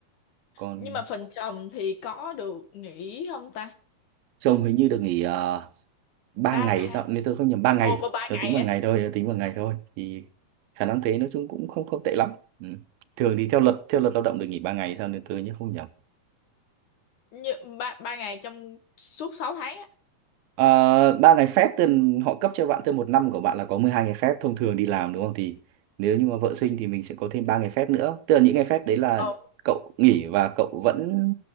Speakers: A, on the right; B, on the left.
A: còn
B: nhưng mà phần chồng thì có được nghỉ không ta
A: chồng hình như được nghỉ ờ, ba
B: ba
A: ngày
B: tháng
A: hay sao nếu tôi không nhầm ba ngày
B: ồ ba ba
A: tôi
B: ngày
A: tính bằng
B: á?
A: ngày thôi tôi tính bằng ngày thôi thì khả năng thế nói chung cũng không không tệ lắm ừ. thường thì theo luật theo luật lao động được nghỉ ba ngày hay sao nếu tôi nhớ không nhầm
B: như ba ba ngày trong suốt 6 tháng á
A: Ờ, ba ngày phép thì họ cấp cho bạn thêm một năm của bạn là có 12 ngày phép thông thường đi làm đúng không thì nếu như mà vợ sinh thì mình sẽ có thêm ba ngày phép nữa tức là những ngày phép đấy là
B: ồ
A: cậu nghỉ và cậu vẫn